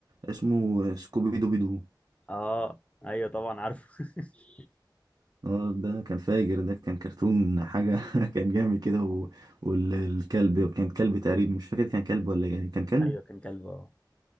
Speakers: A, on the right; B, on the left.
A: اسمه سكوبي دوبي دو
B: اه ايوه طبعا عارفه <laughs>
A: اه ده كان فاجر ده كان كرتون حاجة <laughs> كان جامد كده و... والكلب كان كلب تقريبا مش فاكر كان كلب ولا يعني كان كلب
B: ايوه كان كلب اه